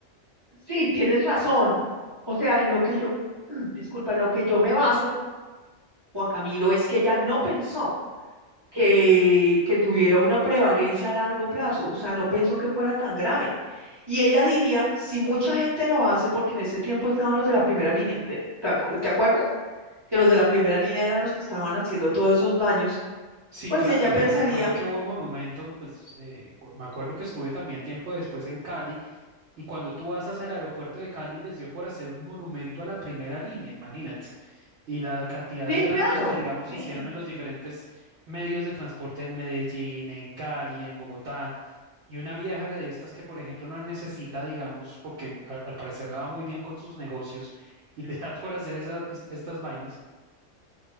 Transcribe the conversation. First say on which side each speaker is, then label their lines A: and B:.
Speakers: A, on the right (about 25°); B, on the right (about 65°).
A: sí, tienes razón. O sea, en lo que yo, <clears throat> disculpa, en lo que yo me baso, Juan Camilo, es que ella no pensó que, que tuviera una prevalencia a largo plazo, o sea, no pensó que fuera tan grave. Y ella diría, si mucha gente lo hace, porque en ese tiempo estaban los de la primera línea, ¿te, te acu- te acuerdas? Que los de la primera línea eran los que estaban haciendo todos esos daños,
B: Sí,
A: pues
B: claro,
A: ella
B: y
A: pensaría,
B: que me acuerdo que hubo un monumento, pues eh, cu- me acuerdo que estuve también tiempo después en Cali, y cuando tú vas hacia el aeropuerto de Cali les dio por hacer un monumento a la primera línea, imagínate, y la cantidad
A: sí,
B: de daños
A: claro,
B: que, digamos,
A: sí.
B: hicieron en los diferentes medios de transporte en Medellín, en Cali, en Bogotá, y una vieja que de estas que, por ejemplo, no necesita, digamos, porque a- al parecer la va muy bien con sus negocios, y <laughs> le da por hacer esa- es- estas vainas.